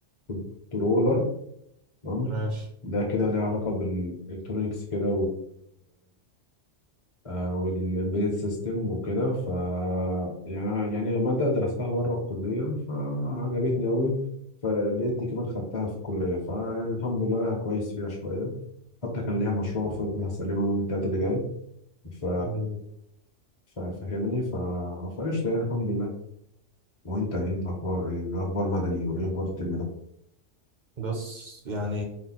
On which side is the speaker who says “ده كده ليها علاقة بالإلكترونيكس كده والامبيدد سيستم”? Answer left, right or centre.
Left